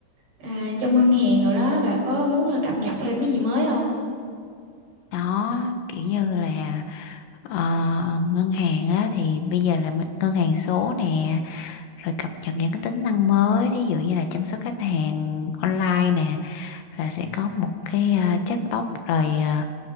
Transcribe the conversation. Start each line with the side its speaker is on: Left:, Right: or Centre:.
Right: à, trong ngân hàng rồi đó bà có muốn là cập nhật thêm cái gì mới không?
Left: Đó, kiểu như là ờ, ngân hàng á thì bây giờ là mấy- ngân hàng số nè, rồi cập nhật những cái tính năng mới, thí dụ như là chăm sóc khách hàng online nè, là sẽ có một cái ờ, chatbot rồi ờ,